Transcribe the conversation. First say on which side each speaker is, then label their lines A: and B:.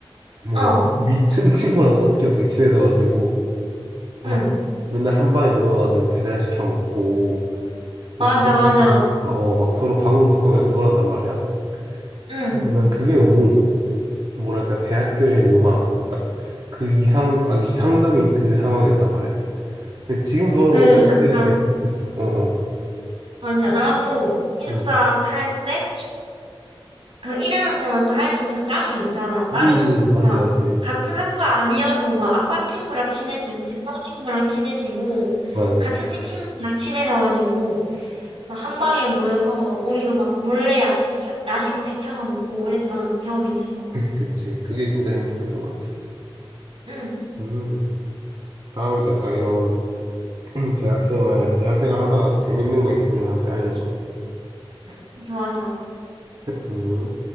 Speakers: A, on the right; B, on the right.
A: 뭐
B: 어,
A: 위층 <laughs> 친구랑도 어떻게 어떻게 친해져가지고 막
B: 응.
A: 맨날 한 방에 모여가지고 배달시켜 먹고
B: 맞아,
A: 막 그렇게
B: 맞아.
A: 놀았어. 어, 막 서로 방도 바꾸면서 놀았단 말이야.
B: 응.
A: 근데 난 그게 너무 뭐랄까 대학교의 로망 딱 그 이상 완전 이상적인 그 상황이었단 말이야. 근데 지금
B: 응,
A: 돌아보면
B: 그,
A: 그때가
B: 약간,
A: 제일 행복했어. 어, 어,
B: 맞아. 나도 기숙사
A: 응,
B: 살 때, 그 1학년 때만 또 할 수 있는 그 깡이 있잖아. 나름,
A: 음,
B: 그니까,
A: 맞지, 맞지,
B: 같은 학과 아니어도 막 앞방 친구랑 친해지고, 뒷방 친구랑 친해지고,
A: 맞아,
B: 같은 친 친구랑 친해져가지고, 막 한 방에 모여서, 우리도 막 몰래 야식, 야식 막 시켜서 먹고 이랬던 기억이 있어.
A: 그치. 그게 진짜 행복했던 것 같아.
B: 응,
A: 음, 다음에도 약간 이런 <clears throat> 대학생활, 대학생활 하다가 도 재밌는 거 있으면 나한테 알려줘.
B: 응, 좋아, 좋아.
A: 음.